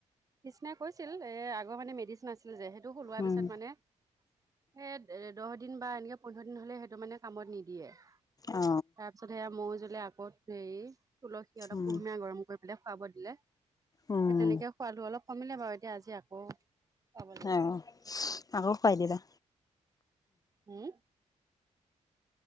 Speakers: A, on the right; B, on the left.
A: কৃষ্ণাই কৈছিল এ আগৰ মানে মেডিচিন আছিল যে
B: উম
A: পিছত মানে হেই দিন বা এনেকে পোন্ধৰ দিন হলে সেইটো মানে কামত নিদিয়ে
B: অ
A: তাৰ পিছত সেয়া মৌজুলে ত হেৰি তুলসী অলক
B: উম
A: কুহুমীয়া গৰম কৰি পেলাই খুৱাব দিলে। সেই
B: উম
A: তেনেকে খোৱালো অলপ কমিলে বাৰু এতিয়া আজি আকৌ খুৱাব লাগিব।
B: অ আকৌ খুৱাই দিবা।
A: হম।